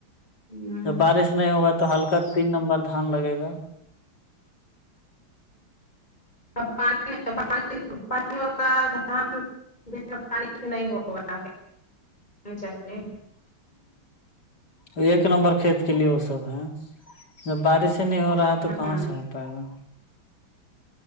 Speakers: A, on the left (about 20°); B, on the left (about 50°).
A: ہ
B: جب بارش نہیں ہوگا تو ہلکا تین نمبر دھان لگے گا
A: اب پانی پانی ہوتا ہے دان پانی نہیں ہوگا چاہیے
B: ہوں ایک نمبر کھیت کے لیے وہ سب ہے جب بارش سے نہیں ہو رہا ہے تو کہاں
A: ہاں
B: سے ہو پائے گا